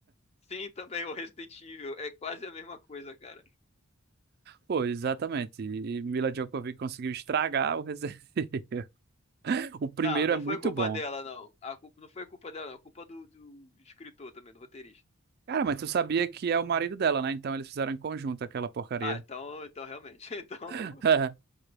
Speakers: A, on the left (about 30°); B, on the right (about 45°).
A: Sim, também o Resident Evil. É quase a mesma coisa, cara.
B: Pô, exatamente. E Mila Djokovic conseguiu estragar o Resident Evil. <laughs> O primeiro
A: Não, não
B: é muito
A: foi culpa
B: bom.
A: dela, não. A culpa, não foi culpa dela, não. A culpa do, do escritor também, do roteirista.
B: Cara, mas tu sabia que é o marido dela, né? Então eles fizeram em conjunto aquela porcaria.
A: Ah, então, então realmente. <laughs> Então,
B: <laughs>